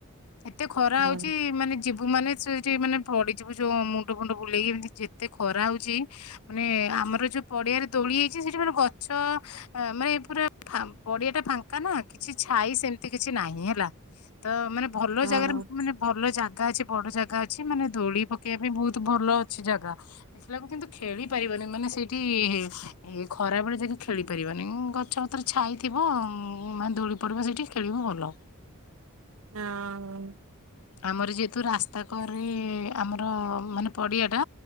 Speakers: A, on the left (about 80°); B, on the right (about 70°).
A: ଏତେ ଖରା
B: ହଁ
A: ହଉଛି ମାନେ ଯିବୁ ମାନେ ଠି ମାନେ ପଡିଯିବୁ ଯୋଉ ମୁଣ୍ଡ ଫୁଣ୍ଡ ବୁଲେଇକି ଏମତି ଯେତେ ଖରା ହଉଛି ମାନେ ଆମର ଯୋଉ ପଡିଆରେ ଦୋଳି ହେଇଛି ସେଠି ମା ଗଛ ମାନେ ପୁରା ପଡିଆ ଟା ଫାଙ୍କା ନା କିଛି ଛାଇ ସେମିତି କିଛି ନାହିଁ ହେଲା ତ ମାନେ ଭଲ
B: ହଁ
A: ଜାଗାରେ ମାନେ ଭଲ ଯାଆନ୍ତି ଜାଗା ଅଛି ବଡ ଜାଗା ଅଛି ମାନେ ଦୋଳି ପକେଇବା ପାଇଁ ବହୁତ ଭଲ ଅଛି ଜାଗା ଦେଖିଲାକୁ କିନ୍ତୁ ଖେଳି ପାରିବନି ମାନେ ସେଇଠି ଏ ଖରାବେଳେ ଜାଗା ଖେଳି ପାରିବାନି ଗଛ ପତର ଛାଇଥିବ ଉୁଁ ମାନେ ଦୋଳି ପଡିବ ସେଇଠି ଖେଳିବୁ ଭଲ।
B: ହଁ
A: ଆମର ଯେହେତୁ ରାସ୍ତା କରେ ଆମର ମାନେ ପଡ଼ିଆ ଟା